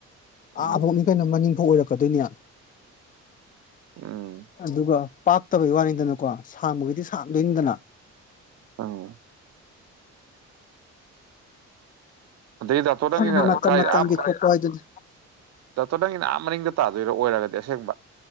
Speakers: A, on the right (about 60°); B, on the left (about 30°).
A: ꯎꯝ
B: ꯑꯥ ꯑꯕꯣꯛꯅꯤ ꯀꯩꯅꯣ ꯃꯅꯤꯡꯐꯥꯎ ꯑꯣꯏꯔꯛꯄ ꯀꯗꯅꯤꯌꯥ
A: ꯎꯝ
B: ꯑꯗꯨꯒ ꯄꯥꯛꯇꯕꯩ ꯋꯥꯅꯤꯗꯅ ꯀꯣ ꯁꯥꯡꯕꯒꯤꯗꯤ ꯁꯥꯡꯝꯗꯣꯏꯅꯤꯗꯅ
A: ꯑꯪ ꯑꯗꯩ ꯗꯥꯛꯇꯣꯔ ꯅꯪꯒꯤꯅ
B: ꯍꯥꯏꯗꯤ ꯃꯇꯝ
A: ꯀꯥꯏ
B: ꯃꯇꯝꯒꯤ
A: ꯑꯥ
B: ꯊꯣꯛꯄ ꯍꯥꯏꯗꯨꯅꯤ
A: ꯗꯥꯛꯇꯣꯔ ꯅꯪꯒꯤꯅ ꯑꯥ ꯃꯔꯤꯡꯗ ꯇꯥ ꯑꯗꯨꯏꯔ ꯑꯣꯏꯔꯒꯗꯤ ꯑꯁꯦꯡꯕ